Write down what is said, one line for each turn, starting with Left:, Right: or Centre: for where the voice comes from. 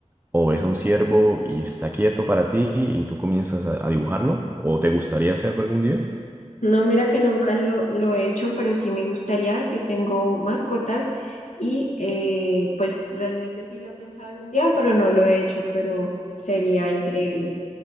Right: o ves a un ciervo y está quieto para ti y tú comienzas a, a dibujarlo, o te gustaría hacerlo algún día.
Left: No, mira que nunca lo, lo he hecho, pero sí me gustaría. Yo tengo mascotas y eh, pues realmente sí lo he pensado algún día, pero no lo he hecho, pero sería increíble.